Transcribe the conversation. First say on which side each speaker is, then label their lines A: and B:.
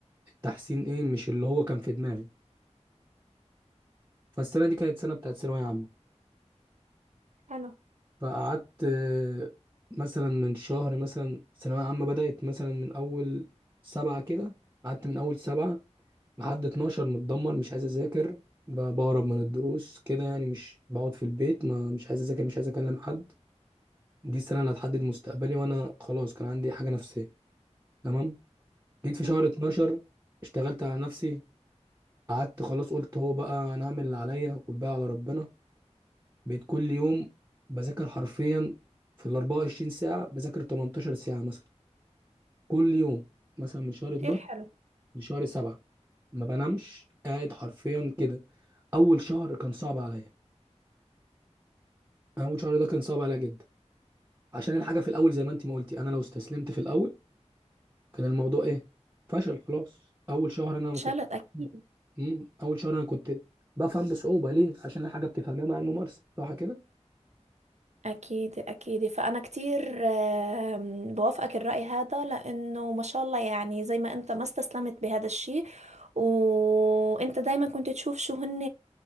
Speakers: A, on the right (about 20°); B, on the right (about 75°).
A: التحسين ايه مش اللي هو كان في دماغي فالسنه دي كانت سنه بتاعت ثانويه عامه
B: حلو
A: فقعدت آه، مثلا من شهر مثلا ثانويه عامه بدات مثلا من اول سبعة كده قعدت من اول سبعة لحد 12 متدمر مش عايز اذاكر ب- بهرب من الدروس كده يعني مش بقعد في البيت ما مش عايز اذاكر مش عايز اكلم حد دي السنه اللي هتحدد مستقبلي وانا خلاص كان عندي حاجه نفسيه تمام جيت في
B: مهم.
A: شهر 12 اشتغلت على نفسي قعدت خلاص قلت هو بقى انا هعمل اللي عليا والباقي على ربنا بقيت كل يوم بذاكر حرفيا في ال 24 ساعه بذاكر 18 ساعه مثلا كل يوم مثلا من شهر 12
B: كتير حلو
A: لشهر 7 ما بنامش قاعد حرفيا كده اول شهر كان صعب عليا انا اول شهر ده كان صعب عليا جدا عشان الحاجه في الاول زي ما انت ما قلتي انا لو استسلمت في الاول كان الموضوع ايه فشل خلاص اول شهر انا
B: اتشالت
A: ما كنت
B: اكيد
A: مم. اول شهر انا كنت بفهم بصعوبه ليه عشان الحاجه بتفهمها مع الممارسه صح كده
B: اكيد اكيد فانا كتير آم، بوافقك الراي هذا لانه ما شاء الله يعني زي ما انت ما استسلمت بهذا الشيء وانت دايما كنت تشوف شو هن